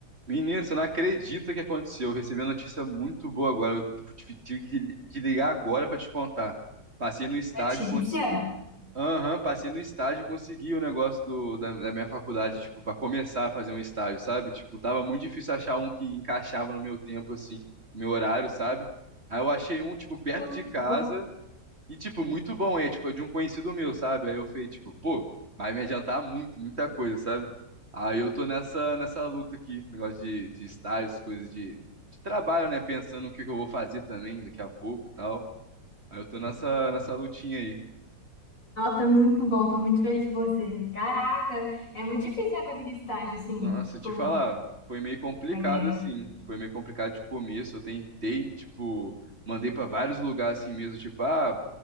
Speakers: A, on the right; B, on the left.
A: Menino, você não acredita o que aconteceu. Eu recebi uma notícia muito boa agora. Eu tipo, tive tive que li- te ligar agora pra te contar. Passei no estágio,
B: Letícia?
A: e cons... Aham, passei no estágio e consegui o negócio do, da, da minha faculdade, tipo, para começar a fazer um estágio, sabe? Tipo, tava muito difícil achar um que encaixava no meu tempo, assim, no meu horário, sabe? Aí eu achei um, tipo, perto
B: Muito
A: de casa.
B: bom.
A: E, tipo, muito bom, é, tipo, é de um conhecido meu, sabe? Aí eu falei, tipo, pô, vai me adiantar muito, muita coisa, sabe? Aí eu tô nessa, nessa luta aqui, negócio de, de estágios, coisas de, de trabalho, né? Pensando o que que eu vou fazer também daqui a pouco e tal. Aí eu tô nessa, nessa lutinha aí.
B: Nossa, muito bom, tô muito feliz por você. Caraca, é muito difícil né, conseguir estágio assim,
A: Nossa,
B: tipo,
A: te falar, foi meio complicado
B: na grega.
A: assim. Foi meio complicado de começo. Eu tentei, tipo, mandei pra vários lugares assim mesmo, tipo, ah,